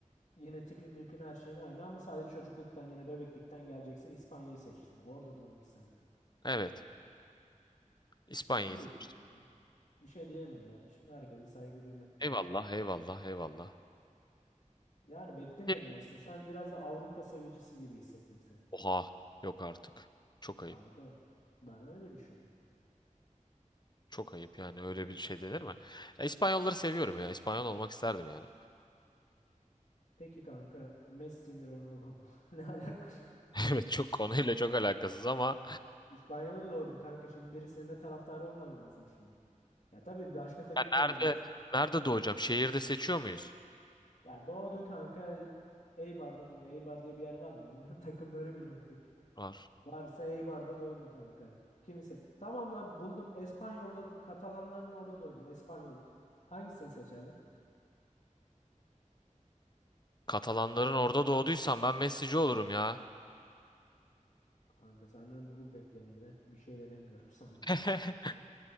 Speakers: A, on the left (about 60°); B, on the left (about 35°).
A: Yine tipin mipin her şeyin aynı ama sadece çocukluktan yine bebeklikten geleceksin İspanya'yı seçsin. Orada doğmak isterdim yani.
B: Evet. İspanya'yı
A: İyi
B: seçtim.
A: kanka. Bir şey diyemem yani. Şimdi herkese saygı duymak lazım.
B: Eyvallah eyvallah eyvallah.
A: Yani beklemiyordum
B: Bir-
A: aslında. Sen biraz da Avrupa sevicisi gibi hissettim seni.
B: Oha. Yok artık. Çok
A: Kanka
B: ayıp.
A: ben öyle düşündüm.
B: Çok ayıp yani öyle bir şey denir mi? Ya İspanyolları seviyorum ya. İspanyol olmak isterdim yani.
A: Peki kanka Messi mi Ronaldo mu? <laughs> Ne alaka? şimdi?
B: <laughs> Evet çok konuyla çok alakasız ama
A: İspanya'da doğdun kanka. Şimdi birisinin de taraftarı olman lazım şimdi. Ya tabii başka takım
B: ya nerede
A: da olabilirsin. de.
B: nerede doğacağım? Şehirde seçiyor muyuz?
A: Ya doğdun kanka Eibar'da doğ. Eibar diye bir yer var mı? Bilmiyorum <laughs> takımları biliyorum tek.
B: Var.
A: Varsa Eibar'da doğdun kanka. Kimse. Tamam lan buldum. Espanyol'da do- Katalanların orada doğdun. Espanyol. Hangisini seçerdin?
B: Katalanların orada doğduysam ben Messi'ci olurum ya.
A: Kanka senden de bu beklenirdi. Bir şey de demiyorum <laughs> sana.
B: <laughs>